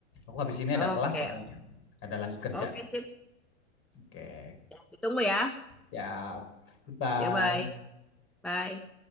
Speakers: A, on the left; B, in the centre.
A: Aku habis ini
B: Oke.
A: ada kelas soalnya. Ada lanjut kerja.
B: Oke, sip.
A: Oke.
B: Ya, ditunggu ya.
A: Ya. Goodbye.
B: Ya, bye. Bye.